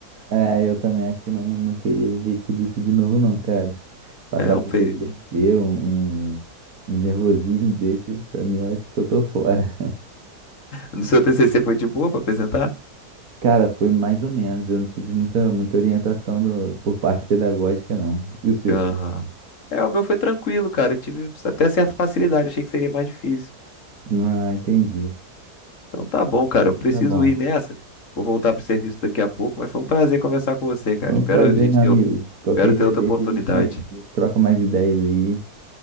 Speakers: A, on the right; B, on the left.
A: É, eu também acho que não, não queria viver tudo isso de novo, não, cara. Passar
B: É um
A: por
B: período.
A: PTSD, um, um, um nervosismo desse, pra mim eu acho que eu tô fora.
B: No seu TCC foi de boa pra apresentar?
A: Cara, foi mais ou menos. Eu não tive muita, muita orientação do- por parte pedagógica, não. E o seu?
B: Aham. É, o meu foi tranquilo, cara. Eu tive até certa facilidade, achei que seria mais difícil.
A: Ah, entendi.
B: Então tá bom, cara. Eu preciso
A: Tá bom.
B: ir nessa. Vou voltar pro serviço daqui a pouco, mas foi um prazer conversar com você, cara.
A: Foi
B: Espero
A: um prazer,
B: a gente
A: meu
B: ter,
A: amigo. Qualquer
B: espero
A: dia
B: ter outra
A: desse
B: oportunidade.
A: a gente a gente troca mais ideias aí.